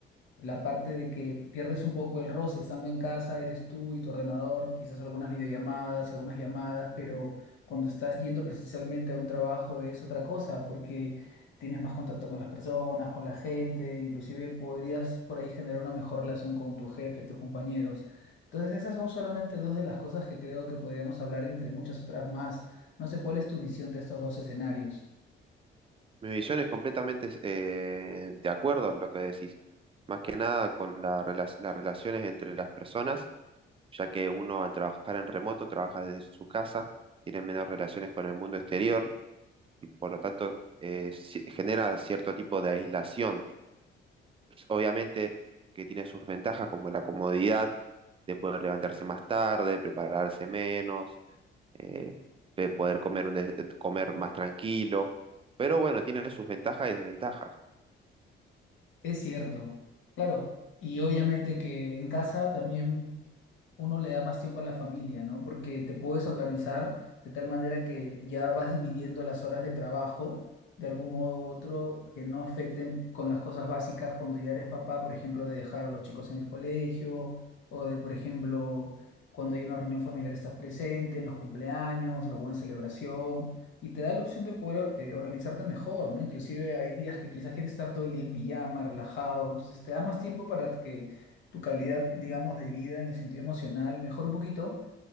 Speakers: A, on the left; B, on the right.
A: la parte de que pierdes un poco el roce, estando en casa eres tú y tu ordenador, quizás algunas videollamadas, algunas llamadas, pero cuando estás yendo precisamente a un trabajo es otra cosa, porque tienes más contacto con las personas, con la gente, inclusive podrías por ahí generar una mejor relación con tu jefe, tus compañeros. Entonces esas son solamente dos de las cosas que creo que podríamos hablar entre muchas otras más. No sé cuál es tu visión de estos dos escenarios.
B: Mi visión es completamente eh, de acuerdo a lo que decís. Más que nada con la rela- las relaciones entre las personas, ya que uno al trabajar en remoto trabaja desde su casa, tiene menos relaciones con el mundo exterior y por lo tanto eh, ci- genera cierto tipo de aislación. Obviamente que tiene sus ventajas como la comodidad de poder levantarse más tarde, prepararse menos, eh, de poder comer, un des- comer más tranquilo, pero bueno, tiene sus ventajas y desventajas.
A: Es cierto, claro. Y obviamente que en casa también uno le da más tiempo a la familia, ¿no? Porque te puedes organizar de tal manera que ya vas dividiendo las horas de trabajo de algún modo u otro que no afecten con las cosas básicas cuando ya eres papá, por ejemplo, de dejar a los chicos en el colegio o de, por ejemplo, cuando hay una reunión familiar estás presente en los cumpleaños, alguna celebración. Y te da la opción de poder eh, organizarte mejor, ¿no? Inclusive hay días que quizás quieres estar todo el día en pijama, relajado, entonces te da más tiempo para que tu calidad, digamos, de vida en el sentido emocional mejora un poquito.